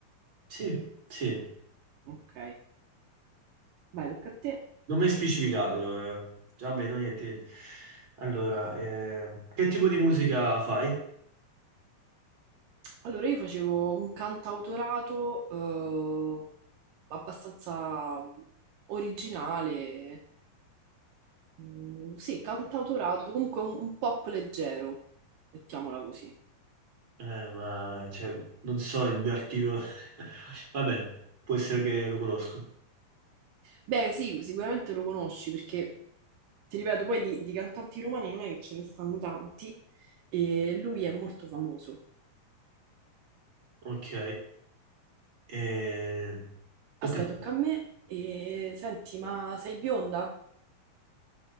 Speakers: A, on the right (about 35°); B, on the right (about 70°).
A: Sì, sì.
B: Ok. Vai, tocca a te.
A: Non mi hai specificato. eh. Vabbè, no, niente. Allora, eh, che tipo di musica fai?
B: Allora, io facevo un cantautorato eh, abbastanza originale. Mm, sì, cantautorato, comunque un, un pop leggero, mettiamola così.
A: Eh, ma, cioè, non so il mio archivio. <laughs> Vabbè, può essere che lo conosco.
B: Beh, sì, sicuramente lo conosci perché, ti ripeto, poi di, di cantanti romani non è che ce ne stanno tanti e lui è molto famoso.
A: Ok. Eh, tocca
B: Aspetta,
A: a te.
B: tocca a me. E, senti, ma sei bionda?